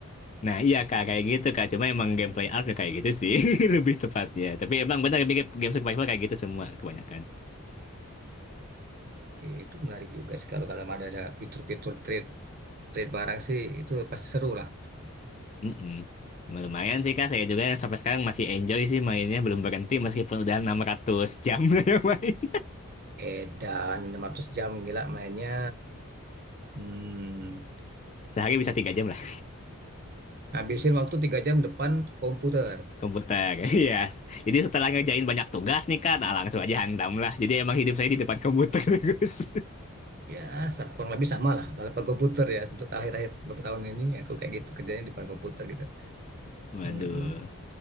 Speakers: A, on the left; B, on the right.
A: Nah, iya, Kak. Kayak gitu, Kak. Cuma emang gameplay arc kayak gitu sih. <laughs> Lebih tepatnya. Tapi emang benar mirip game survival kayak gitu semua kebanyakan.
B: Oke, itu menarik juga sih kalau kalau ada ada fitur-fitur trade trade barang sih itu pasti seru lah.
A: Mm-mm. Cuma Lumayan sih, Kak. Saya juga yang sampai sekarang masih enjoy sih mainnya. Belum berhenti meskipun udah 600 jam <laughs> lah main.
B: Edan 600 jam gila mainnya. Hmm,
A: Sehari bisa 3 jam lah.
B: habisin waktu tiga jam depan komputer.
A: Komputer. <laughs> Iya. Jadi setelah ngerjain banyak tugas nih, Kak. Nah, langsung aja hantam lah. Jadi emang hidup saya di depan komputer <laughs> terus.
B: Ya, sa- kurang lebih sama lah kalau depan komputer ya. Untuk akhir-akhir beberapa tahun ini aku kayak gitu kerjanya di depan komputer gitu.
A: Waduh.
B: Hmm, hmm.